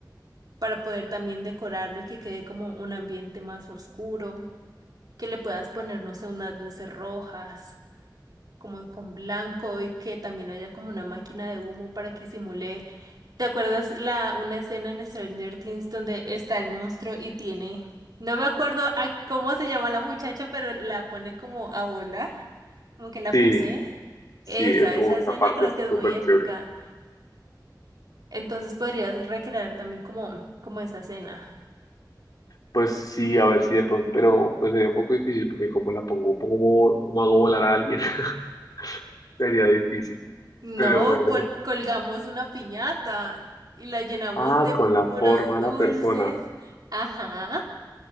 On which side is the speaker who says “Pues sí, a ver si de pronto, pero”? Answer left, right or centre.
Left